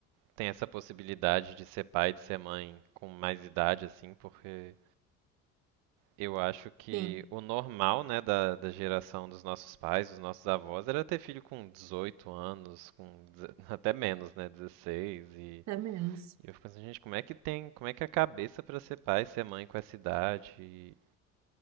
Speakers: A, on the right; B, on the right.
A: tem essa possibilidade de ser pai, de ser mãe com mais idade, assim, porque eu acho que
B: Sim,
A: o normal, né, da, da geração dos nossos pais, dos nossos avós, era ter filho com 18 anos, com deze- <laughs> até menos, né, 16 e
B: até menos.
A: E eu fico pensando, gente, como é que tem, como é que é a cabeça pra ser pai, ser mãe com essa idade? E,